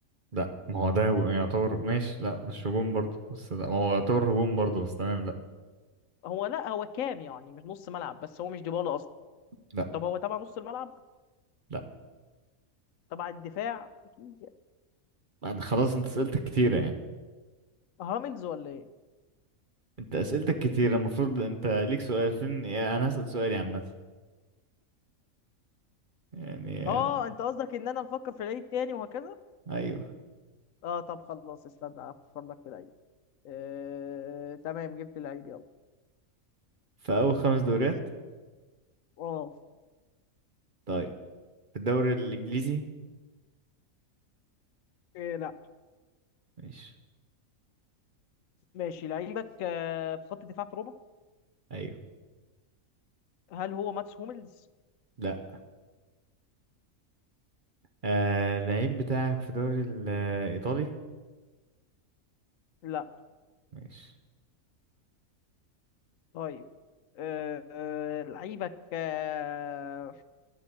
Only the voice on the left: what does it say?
هو لا هو كام يعني مش نص ملعب بس هو مش ديبالا اصلا
طب هو تبع نص الملعب؟
تبع الدفاع؟ اكيد يعني.
هاملز ولا ايه؟
اه انت قصدك ان انا بفكر في العيد تاني وهكذا
اه طب خلاص استنى افكر لك في العيد آه... تمام جبت العيد يلا
بص اه
إيه لا
ماشي لعيبك آه... في خط دفاع في ربع
هل هو ماتس هوملز
لا
طيب آه... آه، لعيبك آه...